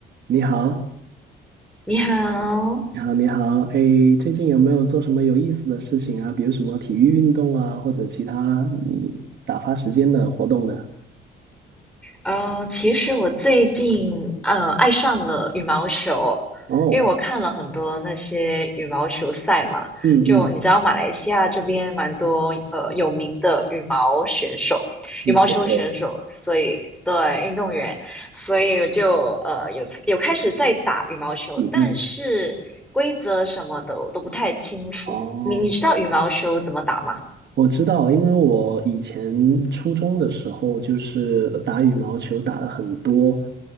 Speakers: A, on the right; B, in the centre.
A: 你好，
B: 你好，
A: 你好，你好，哎，最近有没有做什么有意思的事情啊？比如什么体育运动啊，或者其他你打发时间的活动呢？
B: 呃，其实我最近呃爱上了羽毛球，
A: 哦，
B: 因为我看了很多那些羽毛球赛嘛，
A: 嗯嗯，
B: 就你知道马来西亚这边蛮多呃有名的羽毛选手、
A: 你做的，
B: 羽毛球选手，所以对运动员，所以我就呃有有开始在打羽毛球，
A: 嗯嗯，
B: 但是规则什么的我都不太清楚。
A: 哦，
B: 你你知道羽毛球怎么打吗？
A: 我知道，因为我以前初中的时候就是打羽毛球打了很多，